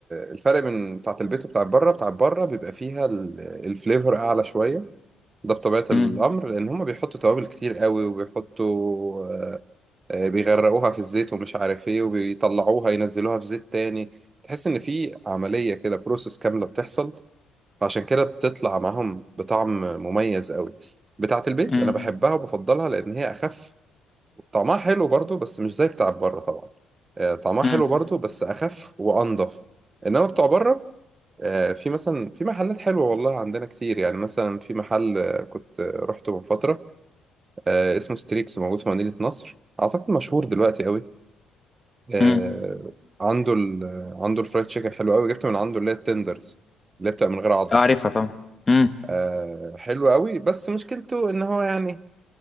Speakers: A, on the right (about 30°); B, on the left (about 25°).
A: الفرق من بتاعت البيت وبتاعت بره بتاعت بره بيبقى فيها ال- الفليفر اعلى شويه ده بطبيعه الامر
B: امم
A: لان هما بيحطوا توابل كتير قوي وبيحطوا آه، آه، بيغرقوها في الزيت ومش عارف ايه وبيطلعوها ينزلوها في زيت تاني تحس ان في عمليه كده بروسس كامله بتحصل عشان كده بتطلع معاهم بطعم مميز قوي بتاعت البيت
B: امم
A: انا بحبها وبفضلها لان هي اخف طعمها حلو برضو بس مش زي بتاع بره طبعا آه، طعمها حلو
B: امم
A: برضو بس اخف وانضف انما بتوع بره آه، في مثلا في محلات حلوه والله عندنا كتير يعني مثلا في محل آه، كنت آه، رحته من فتره آه، اسمه ستريكس موجود في مدينه نصر اعتقد مشهور دلوقتي قوي آه،
B: امم
A: عنده ال آه، عنده الفرايد تشيكن حلو قوي جبت من عنده اللي هي التندرز اللي هي بتبقى من غير عظم
B: اعرفها طبعا امم
A: آه، حلو قوي بس مشكلته ان هو يعني